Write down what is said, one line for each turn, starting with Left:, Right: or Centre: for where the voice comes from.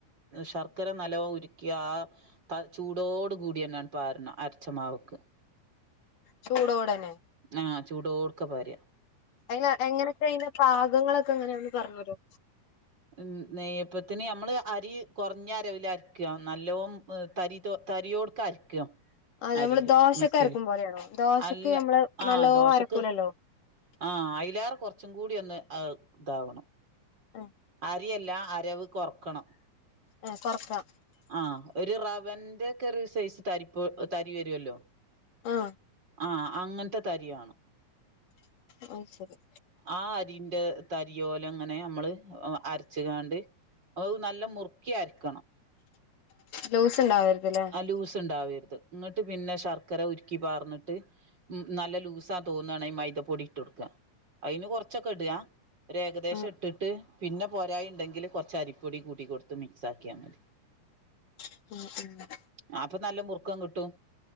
Right: ശർക്കര നല്ലപോലെ ഉരുക്കി. ആ ത ചൂടോടുകൂടി തന്നെ പാരണം, അരച്ചമാവക്ക്.
Left: ചൂടോടു തന്നെ.
Right: ആ ചൂടോടുക്ക് പര്യ.
Left: അയിന് എങ്ങനെയൊക്കെ അയിന്റെ, പാകങ്ങളൊക്കെ എങ്ങനെയാന്ന് ഒന്ന് പറഞ്ഞു തരുവോ?
Right: ഉം. നെയ്യപ്പത്തിന് നമ്മള് അരി കുറഞ്ഞ അരവില് അരക്കുക. നല്ലോവും ഏഹ് തരി ത തരിയോടുക്ക് അരയ്ക്കും.
Left: അത്
Right: അരി
Left: നമ്മള് ദോശൊക്കെ
Right: മിക്സിയില്
Left: അരക്കും പോലെയാണോ ദോശക്ക്
Right: അല്ല
Left: നമ്മള്
Right: ആ
Left: നല്ലോ
Right: ദോശക്ക്,
Left: അരക്കൂലല്ലോ
Right: ആഹ് അയിലേറെകുറച്ചും കൂടി ഒന്ന് ഇതാവണം.
Left: ഏ
Right: അരിയല്ല അരവ് കൊറക്കണം.
Left: ഏഹ് കുറക്കാം.
Right: ആഹ് ഒരു റവന്റെക്കെ ഒരു സൈസ് തരിപ്പ് തരി വരുവല്ലോ
Left: ആ
Right: ആഹ് അങ്ങനത്തെ തരിയാണ്.
Left: അത് ശരി.
Right: ആ അരിന്റെ തരി ഓലെ അങ്ങനെ നമ്മള് അരച്ചുകാണ്ട്. <unintelligible> നല്ല മുറുക്കി അരയ്ക്കണം.
Left: ലൂസ് ഉണ്ടാവരുത് അല്ലേ?
Right: ആ ലൂസ് ഉണ്ടാവരുത് അന്നിട്ട് പിന്നെ ശർക്കര ഉരുക്കി പാർന്നിട്ട് ഉം. നല്ല ലൂസാ തോന്നാണെങ്കില് മൈദപ്പൊടി ഇട്ട് കൊടുക്കുക. അതിന് കൊറച്ചൊക്കെ ഇടുക. ഒരു ഏകദേശം
Left: ആ ആ
Right: ഇട്ടിട്ട് പിന്നെ പോരായിഇണ്ടെങ്കില് കുറച്ച് അരിപ്പൊടി കൂട്ടി കൊടുത്ത് മിക്സ് ആക്കിയാമതി.
Left: <unintelligible>
Right: ആ പ്പൊ നല്ല മുറുക്കം കിട്ടും.